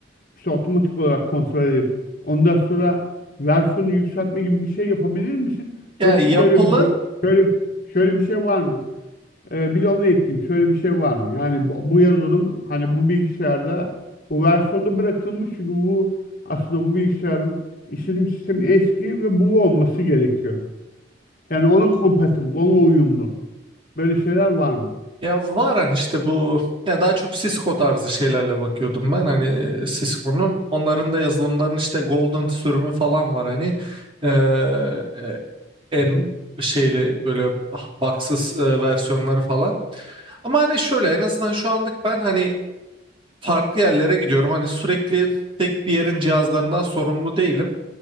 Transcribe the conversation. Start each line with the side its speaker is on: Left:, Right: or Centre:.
Left: işte otomatik olarak kontrol edip ondan sonra versiyonu yükseltme gibi bir şey yapabilir misin?
Right: Yani
Left: Yoksa
Right: yapılı
Left: şöyle bir durum, şöyle şöyle bir şey var mı? Ee, bir de onu ekleyeyim. Şöyle bir şey var mı? Yani bu, bu yazılım hani bu bilgisayarda bu versiyonda bırakılmış çünkü bu aslında bu bilgisayarın işletim sistemi eski ve bu olması gerekiyor. Yani ona compatible, ona uyumlu. Böyle şeyler var mı?
Right: Ya var hani işte bu ya daha çok Cisco tarzı şeylerle bakıyordum ben hani Cisco'nun onların da yazılımlarının işte Golden sürümü falan var hani Ee, e, en
Left: Hı hı.
Right: şeyli böyle baksız versiyonları falan ama hani şöyle en azından şu anlık ben hani farklı yerlere gidiyorum hani sürekli tek bir yerin cihazlarından sorumlu değilim.